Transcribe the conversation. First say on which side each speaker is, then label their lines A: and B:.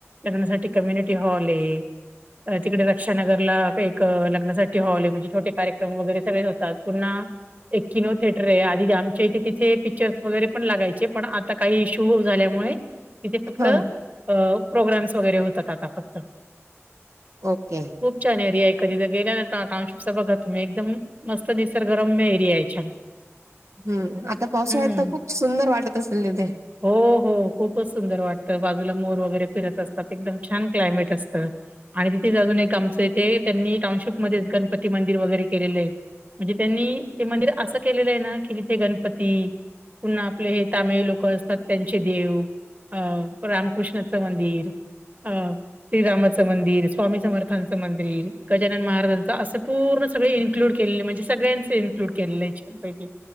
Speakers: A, on the right (about 35°); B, on the right (about 80°).
A: लग्नासाठी कम्यिटी हॉल आहे तिकडे रक्षा नगर - ला एक लग्नासाठी हॉल आहे म्हणजे छोटे कार्यक्रम वैगेरे सगळेच होतात. पुन्हा एक किलो थिेटर आहे आधी आमच्या इथे तिथे पिक्चर्स वगैरे पण लागायचे पण आता काही इशू झाल्यामुळे तिथे फक्त
B: हा
A: अ प्रोग्राम्स वगैरे होतात आता फक्त.
B: ओके.
A: खूप छ एरिया कधी तर गेल्या टाउनशिपस बघा तुम्ही एकदम मस्त निसर्गरम म एरीया छान
B: हम्म आता पावसाळ्यात
A: हम्म.
B: तर खूप सुंदर वाटत असेल तिथे
A: हो हो खूपच सुंदर वाटतं. बाजूला मोर वगैरे फिरत असतात एकदम छान क्लायमेट असतं. आणि तिथेच अजून एक आमचं इथे त्यांनी टाऊनशिप मध्येच गणपती मंदिर वगैरे केलेलं आहे. म्हणजे त्यांनी ते मंदिर असं केलेलं आहे ना कि तिथे गणपती पुन्हा आपले हे तामिळ लोक असतात त्यांचे देव. अं रामकृष्णाचं मंदिर अ श्रीरामाचं मंदिर, स्वामी समर्थांचं मंदिर, गजानन महाराजांचं असे पूर्ण सगळे ए इंक्लूड केलेले म्हणजे सगळ्यांचे इन्क्लूड केलेले आहे छान पैकी